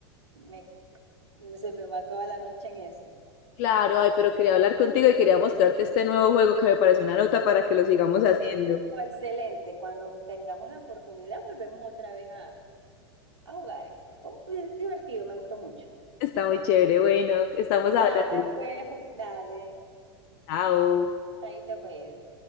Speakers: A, on the right; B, on the left.
A: me, se me va toda la noche en eso.
B: Claro, ay, pero quería hablar contigo y quería mostrarte este nuevo juego que me parece una nota para que lo sigamos haciendo.
A: Me gustó, excelente. Cuando tengamos la oportunidad, volvemos otra vez a, a jugar esto. Fue muy divertido, me gustó mucho.
B: Está muy chévere. Bueno, estamos
A: Dale,
B: hablando.
A: pues, fu- dale.
B: Chao.
A: Chaito, pues.